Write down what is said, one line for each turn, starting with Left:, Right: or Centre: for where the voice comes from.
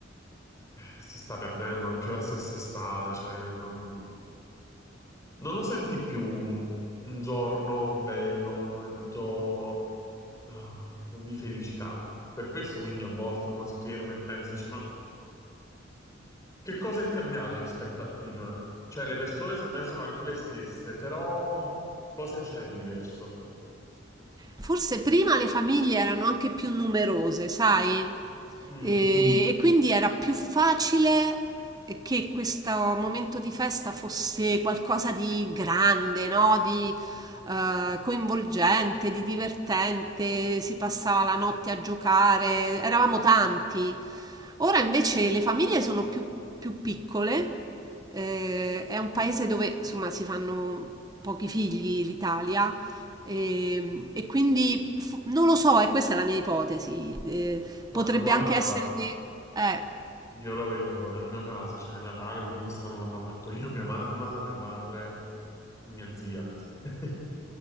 Left: si sta perdendo anche la stessa estate, cioè, non- non lo senti più un un giorno bello, un momento ah, di felicità. Per questo quindi a volte uno si ferma e pensa, dice, ma che cosa è cambiato rispetto a prima? Cioè le persone semmai sono anche le stesse, però cosa c'è di diverso?
Right: Forse prima le famiglie erano anche più numerose, sai?
Left: Mm,
Right: E, mm. e quindi era più facile che questo momento di festa fosse qualcosa di grande, no? Di eh, coinvolgente, di divertente, si passava la notte a giocare, eravamo tanti. Ora invece le famiglie sono più, più piccole, eh, è un paese dove insomma si fanno pochi figli l'Italia e, e quindi f- non lo so, e questa è la mia ipotesi. eh,
Left: ma
Right: potrebbe
Left: guarda,
Right: anche Ma essere che... eh,
Left: io lo vedo nel mio caso, cioè Natale pure quest'anno l'hanno fatto io, mia mamma, mio padre, mia zia. <laughs>